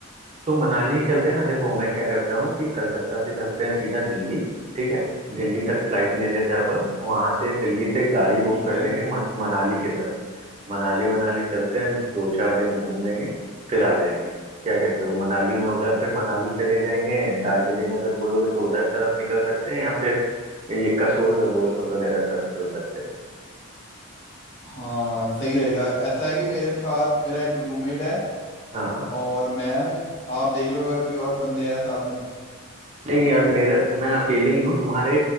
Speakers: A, on the right; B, on the left.
A: तो मनाली चलते हैं ना देखो मैं क्या करता हूँ कि कलकत्ता से चलते हैं सीधा दिल्ली ठीक है दिल्ली तक फ्लाइट ले लेते हैं अपन वहां से दिल्ली से गाड़ी
B: ठीक
A: बुक कर
B: है
A: लेंगे मन, मनाली की तरफ मनाली वनाली चलते हैं दो चार दिन घूम लेंगे फिर आ जाएंगे क्या कहते हो मनाली में उधर फिर मनाली चले जाएंगे दार्जिलिंग अगर बोलोगे तो उधर तरफ निकल सकते हैं या फिर ये कसोल वगो- वगैरह तरफ चल सकते हैं
B: हाँ सही रहेगा ऐसा है कि मेरे साथ मेरा एक रूममेट है
A: हाँ हाँ
B: और मैं हूँ आप देख लो अगर कोई और बंदे हैं साथ में तो।
A: नहीं यार मेरा मैं अकेले ही हूँ तुम्हारे